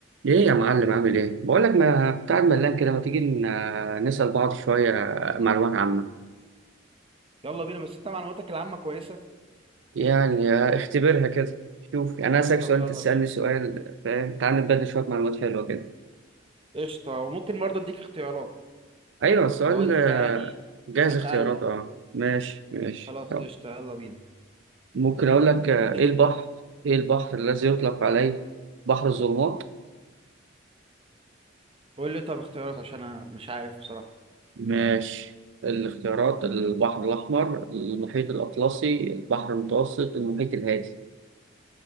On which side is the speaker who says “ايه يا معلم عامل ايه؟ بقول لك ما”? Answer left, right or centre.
Right